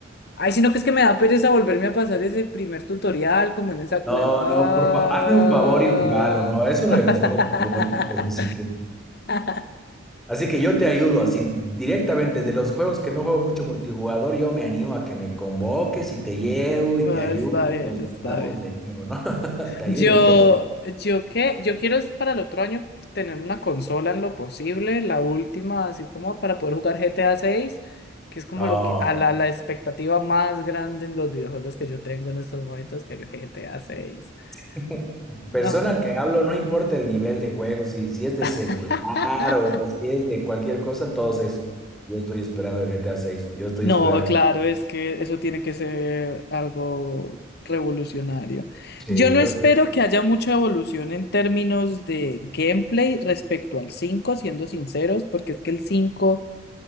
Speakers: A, on the left (about 50°); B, in the centre.
A: Ay, sino que es que me da pereza volverme a pasar ese primer tutorial como en esa
B: No,
A: cueva. Ah.
B: no, por favor, hazme un favor y jugalo, no, es uno de mis juegos favoritos, así que,
A: <laughs>
B: así que yo te ayudo, así directamente de los juegos que no juego mucho multijugador, yo me animo a que me convoques y te llevo y
A: Ah,
B: te ayudo,
A: Está bien,
B: nos
A: está
B: juntamos
A: bien.
B: de nuevo, ¿no? <laughs> Te ayudo
A: Yo,
B: en todo.
A: yo qué, yo quiero es para el otro año tener una consola en lo posible, la última, así como para poder jugar GTA 6, que es como
B: No,
A: lo que, a la, la expectativa más grande en los videojuegos que yo tengo en estos momentos, el GTA 6.
B: <laughs>
A: No.
B: persona que hablo, no importa el nivel de juego, si, si es de celular
A: <laughs>
B: o si es de cualquier cosa, todos es, yo estoy esperando el GTA 6, yo estoy
A: No,
B: esperando
A: claro, es que eso tiene que ser algo revolucionario.
B: Sí,
A: Yo no
B: creo
A: espero
B: que,
A: que haya mucha evolución en términos de gameplay respecto al cinco siendo sinceros, porque es que el cinco